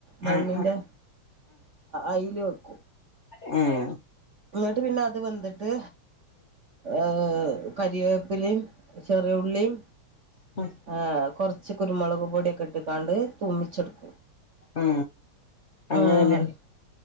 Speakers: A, on the right; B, on the left.
A: മണ്ണിന്റെ
B: ആഹ്
A: അയിൽ വെക്കും
B: ഉം
A: ന്നട്ട് പിന്നെ അത് വന്നിട്ട് ആഏ <unintelligible> ഏ കറിവേപ്പിലയും ചെറിയുള്ളിയും
B: ഉം
A: ആഹ കുറച്ച് കുറച്ചു കുരുമളക് പൊടിഒക്കെ ഇട്ട്ക്കാണ്ട് തുമ്പിച്ചെടുക്കും
B: ആ അങ്ങനെല്ലേ
A: ആഹ്